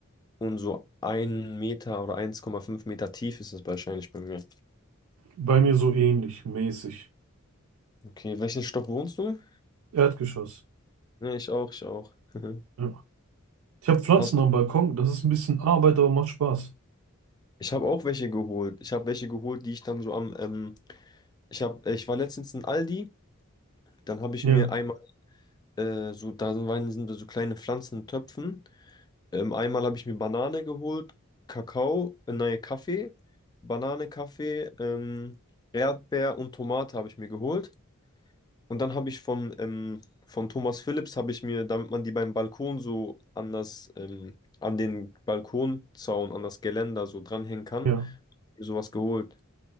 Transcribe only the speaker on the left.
und so ein Meter oder eins Komma fünf Meter tief ist es wahrscheinlich bei mir.
Okay, welchen Stock wohnst du?
Ja, ich auch, ich auch. <laughs>
Hast
Ich habe auch welche geholt. Ich habe welche geholt, die ich dann so am, ähm, ich habe, äh, ich war letztens in Aldi, dann habe ich
mir einmal, äh, so, da sind, waren, sind so kleine Pflanzen in Töpfen. Ähm, einmal habe ich mir Banane geholt, Kakao, äh, nein, Kaffee, Banane, Kaffee, ähm, Erdbeer und Tomate habe ich mir geholt. Und dann habe ich von, ähm, von Thomas Philips habe ich mir, damit man die beim Balkon so an das, ähm, an den Balkonzaun, an das Geländer so dranhängen kann,
mir sowas geholt.